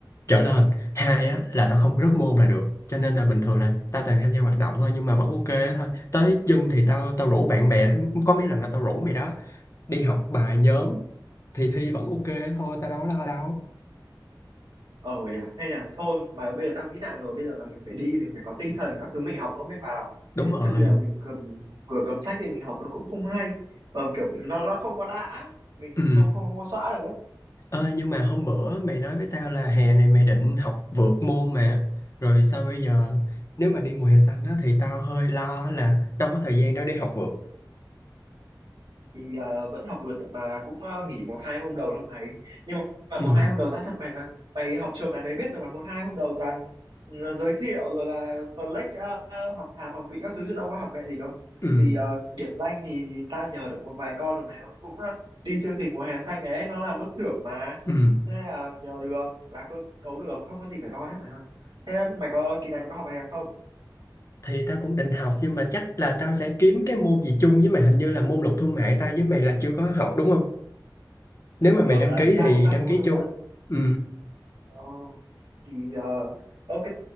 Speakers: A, on the left; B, on the right.
A: trở lên hai á là tao không rớt môn là được cho nên là bình thường là tao toàn tham gia hoạt động thôi nhưng mà vẫn ok thôi tới chân thì tao tao rủ bạn bè có mấy lần là tao rủ mày đó đi học bài nhóm thì thi vẫn ok thôi tao đâu có lo đâu
B: ờ nhỉ hay là thôi mà bây giờ tao nghĩ lại rồi bây giờ là mình phải đi mình phải có tinh thần các thứ mình học nó mới vào
A: đúng rồi
B: chứ bây giờ mình cầm vừa cầm sách đi mình học nó cũng không hay mà kiểu nó nó không có đã mình
A: ừ
B: không không không có xóa được ấy
A: ơi nhưng mà hôm bữa mày nói với tao là hè này mày định học vượt môn mà rồi sao bây giờ nếu mà đi mùa hè xanh đó thì tao hơi lo là đâu có thời gian đâu để học vượt
B: thì ờ, vẫn học vượt mà cũng ờ, nghỉ một hai hôm đầu thôi mày nhưng mà
A: ừ
B: một hai hôm đầu tao thật mày là mày học trường này mày biết rồi mà một hai hôm đầu toàn ừ, giới thiệu rồi là flex ờ, ờ, học hàm học vị các thứ chứ đâu có học mẹ gì đâu
A: ừ
B: thì ờ, điểm danh thì tao nhờ được một vài con rồi mày cũng ờ, đi chương trình mùa hè xanh ấy nó làm lớp trưởng mà
A: ừ
B: thế là nhờ được là cơ cấu được không có gì phải lo hết mày ơi thế mày có kỳ này mày có học hè không
A: thì tao cũng định học nhưng mà chắc là tao sẽ kiếm cái môn gì chung với mày hình như là môn luật thương mại tao với mày là chưa có học đúng không nếu mà mày
B: ờ
A: đăng
B: đấy
A: ký
B: tao
A: thì
B: cũng đang
A: đăng
B: tính học
A: ký
B: thương
A: chung
B: mại
A: ừ
B: ờ thì ờ, ok